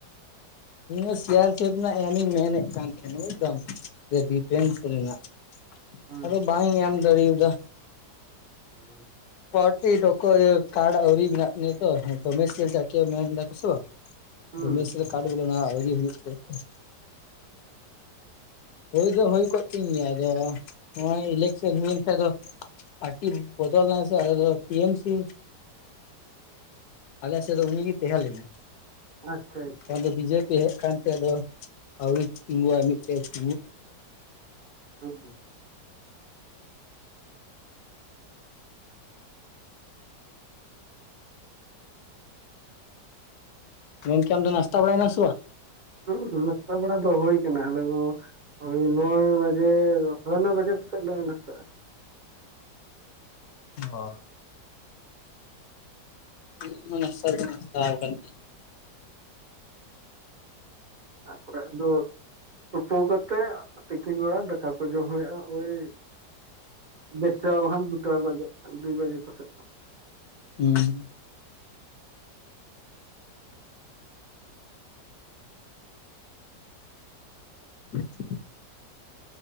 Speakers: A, on the left; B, on the right.
A: ᱤᱧᱦᱚᱸ ᱥᱤ ᱭᱟᱨ ᱠᱮᱯᱷ ᱨᱮᱱᱟᱜ ᱮᱢ ᱤᱧ ᱢᱮᱱᱮᱜ ᱠᱟᱱ ᱛᱷᱮᱱᱟ ᱵᱩᱡᱽ ᱫᱟᱢ᱾ ᱡᱮ ᱰᱤᱯᱷᱮᱱᱥ ᱨᱮᱱᱟᱜ
B: ᱦᱩᱸ
A: ᱟᱫᱚ ᱵᱟᱧ ᱮᱢ ᱫᱟᱹᱲᱤᱣ ᱫᱟ᱾
B: <unintelligible>
A: ᱠᱚᱴᱤ ᱰᱚᱠᱚ ᱤᱭᱟᱹ ᱠᱟᱨᱰ ᱟᱹᱣᱨᱤ ᱵᱤᱱᱟᱜ ᱛᱤᱧᱟᱹ ᱛᱚ ᱦᱚᱭ ᱛᱚ ᱢᱮᱥᱮ‌ ᱪᱟ ᱠᱤ ᱢᱮᱱ ᱫᱟ ᱠᱩ ᱥᱚ᱾
B: ᱦᱩᱸ
A: ᱫᱚ ᱢᱮᱥ ᱨᱮ ᱠᱟᱰ ᱵᱚᱞᱮ ᱚᱱᱟ ᱟᱣᱨᱤ ᱦᱩᱭᱩᱜ ᱛᱮ ᱦᱚᱭ᱾ ᱦᱩᱭ ᱫᱚ ᱦᱩᱭ ᱠᱚᱜ ᱛᱤᱧ ᱜᱮᱭᱟ ᱟᱫᱚ ᱱᱚᱜ-ᱚᱭ ᱤᱞᱮᱠᱥᱮᱱ ᱦᱩᱭᱮᱱ ᱠᱷᱟᱡ ᱫᱚᱼᱼ ᱯᱟᱴᱤ ᱵᱚᱫᱚᱞ ᱱᱟᱭ ᱥᱮ ᱟᱞᱮ ‌ᱫᱚ ᱴᱤᱭᱮᱢ ᱥᱤᱼᱼ ᱟᱞᱮ ᱥᱮᱜ ᱫᱚ ᱩᱱᱤ ᱜᱤ ᱛᱮᱦᱮᱸ ᱞᱮᱱᱟᱭ᱾
B: ᱟᱪᱪᱷᱟ ᱟᱪᱪᱷᱟ
A: ᱮᱷᱚᱱ ᱫᱚ ᱵᱤᱡᱮᱯᱤ ᱦᱮᱡ ᱠᱟᱱ ᱛᱮ ᱟᱫᱚ ᱟᱣᱨᱤ ᱛᱤᱸᱜᱩᱣᱟᱜ ᱢᱤᱫᱴᱮᱡᱼᱼ <inaudible>
B: ᱦᱩᱸ
A: ᱜᱚᱝᱠᱮ ᱟᱢ ᱫᱚ ᱱᱟᱥᱛᱟ ᱵᱟᱲᱟᱭ ᱱᱟᱢ ᱥᱮᱵᱟ?
B: ᱦᱩᱸ ᱱᱟᱥᱛᱟ ᱵᱟᱲᱟ ᱫᱚ ᱦᱚᱭ ᱠᱟᱱᱟ, ᱟᱞᱮ ᱫᱚᱼᱼ ᱳᱭ ᱱᱚᱭ ᱵᱟᱡᱮ ᱥᱟᱲᱮ ᱱᱚᱭ ᱵᱟᱡᱮ ᱥᱮᱫ ᱞᱮ ᱱᱟᱥᱛᱟᱜ-ᱟ᱾
A: ᱚ ᱤᱧ ᱦᱚᱸ ᱱᱟᱥᱛᱟ ᱫᱚ ᱱᱟᱥᱛᱟᱣ ᱠᱟᱱ ᱜᱤᱭᱟᱹᱧ᱾
B: ᱛᱟᱯᱚᱨᱮ ᱟᱫᱚ ᱛᱩᱯᱩ ᱠᱟᱛᱮᱜ ᱛᱤᱠᱤᱱ ᱵᱮᱲᱟ ᱫᱟᱠᱟ ᱠᱩ ᱡᱚᱢ ᱦᱩᱭᱩᱜ-ᱟ ᱳᱭᱼᱼ ᱰᱮᱴᱴᱟ ᱵᱟᱠᱷᱟᱱ ᱫᱩᱴᱟ ᱵᱟᱡᱟ-ᱟ, ᱫᱩᱭ ᱵᱟᱡᱮ ᱠᱚᱥᱮᱜ ᱱᱟ᱾
A: ᱦᱩᱸ᱾ <unintelligible>